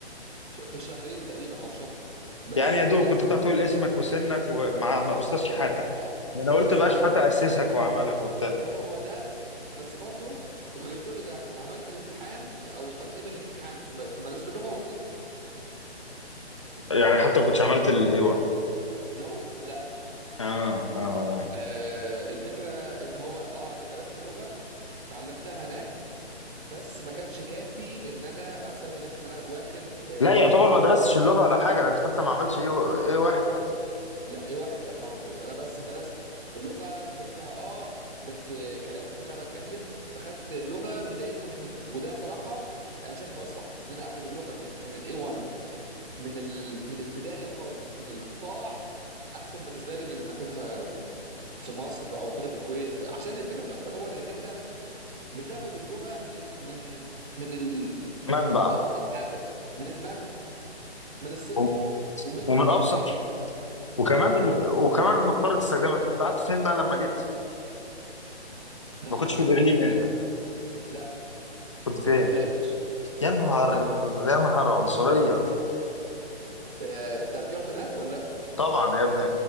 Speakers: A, on the right; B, on the left.
A: في شهرين تقريبا او شهر بس
B: يعني يا دوب
A: بس
B: كنت بتعرف تقول اسمك وسنك ومع مع استاذ شحاتة
A: اه
B: ده انا قلت
A: بس
B: بقى
A: برضو
B: شحاتة اسسك وعملك وبتاع
A: هو ده بس برضو غير كل ده عملت الامتحان او تقييم الامتحان في م- في مدرسة اللغة وسقطت
B: يعني حتى ما كنتش عملت الاي 1
A: نو لا
B: اه
A: لا
B: اه
A: آه الفكرة ان هو اه انا درست اللغة وتعلمتها هناك بس ما كانش كافي ان انا اسمي نفسي ان انا واخد آه
B: لا
A: ليفل
B: يعتبر
A: الاي
B: ما درستش اللغة ولا حاجة ده انت حتى ما عملتش ايه ايه واحد حتى
A: لا ايه واحد لا ما عملتوش انا بس درست اللغه فهمتها اه بس كلام ما كنتش عارف اتكلم فخدت اللغه بدايتها من هنا وده بصراحه انا شايف ان هو الصح ان انا اخد اللغه من من الاي 1 من ال... من البدايه خالص من القاع احسن بالنسبه لي من ان اخدها في مصر او اخدها في الكويت عشان الفكره في الاخر في الاول انك انت بتاخد اللغه من من من ال...
B: منبع
A: من ابسط حاجه من المنبع من الصفر
B: و-
A: ومن
B: ومن
A: واحد
B: ابسط
A: الماني
B: وكمان وكمان مضطر تستخدمها انت كنت قعدت فين بقى لما جيت؟
A: انا
B: ما
A: اول
B: كنتش
A: ما جيت
B: في برلين
A: كنت
B: انت
A: لا لا
B: كنت فين؟
A: كنت في لايبتش
B: يا نهار يا نهار عنصرية
A: آه، انت قبل كده رحت هناك ولا لا
B: طبعا يا ابني